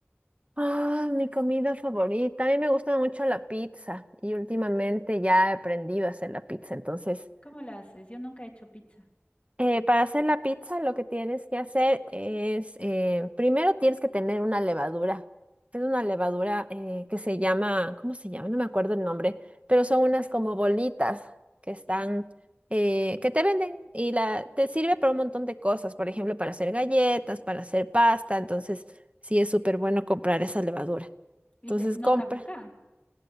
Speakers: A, on the right; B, on the left.
A: Ah, mi comida favorita. A mí me gusta mucho la pizza y últimamente ya he aprendido a hacer la pizza. Entonces,
B: ¿Cómo la haces? Yo nunca he hecho pizza.
A: Eh, para hacer la pizza, lo que tienes que hacer es, eh, primero tienes que tener una levadura. Es una levadura eh, que se llama, ¿cómo se llama? No me acuerdo el nombre, pero son unas como bolitas que están,
B: ¿Ya?
A: eh, que te venden y la, te sirve para un montón de cosas, por ejemplo, para hacer galletas, para hacer pasta, entonces sí es súper bueno comprar esa levadura.
B: ¿Y
A: Entonces
B: te, no
A: compra.
B: caduca? <laughs>